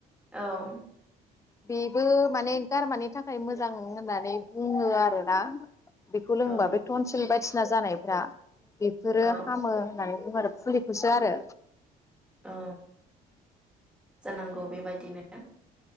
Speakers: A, in the centre; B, on the left (about 20°).
A: औ
B: बेबो माने गारमानि थाखाय मोजां होननानै बुङो आरोना। बेखौ लोंबा
A: औ
B: बे टनसिल बायदिसिना ना जानायफ्रा बेफोरो
A: औ
B: हामो होननानै बुंहरो फुलिखौसो आरो
A: औ जानांगौ बेबायदिनो